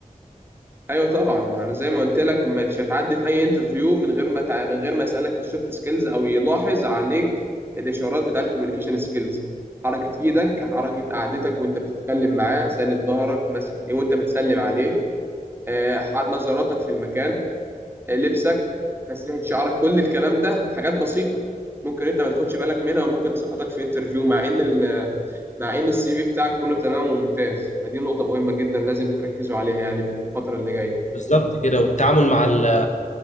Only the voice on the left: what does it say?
بالظبط كده والتعامل مع ال-